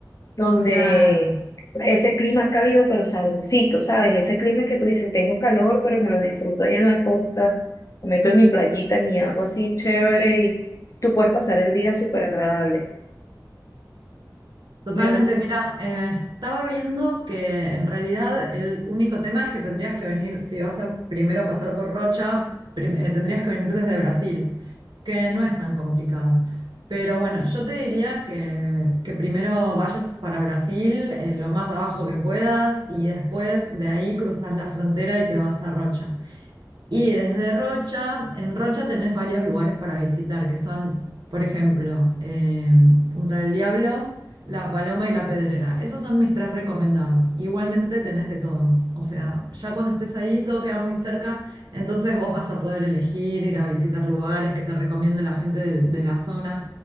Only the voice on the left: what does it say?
donde
ese clima cálido pero sabrosito, ¿sabes? Ese clima que tú dices, tengo calor, pero me lo disfruto ahí en la costa, me meto en mi playita, en mi agua así chévere y tú puedes pasar el día súper agradable.
De verdad.